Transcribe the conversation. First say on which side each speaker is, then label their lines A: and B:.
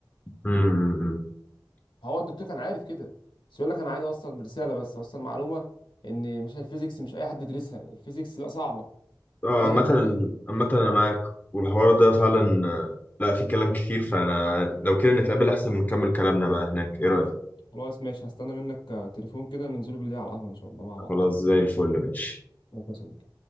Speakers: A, on the left; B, on the left.
A: امم، امم.
B: هو الدكتور كان عارف كده بس يقول لك انا عايز اوصل رساله بس اوصل معلومه ان مش الفيزيكس مش اي حد يدرسها الفيزيكس لا صعبه
A: اه
B: فاهم
A: عامة عامة انا معاك والحوار ده فعلا آه، لا في كلام كتير فانا لو كده نتقابل احسن نكمل كلامنا بقى هناك ايه رأيك
B: خلاص ماشي هستنى منك آه، تليفون كده ننزله بالليل على القهوه ان شاء الله مع بعض
A: خلاص زي الفل ماشي
B: ممكن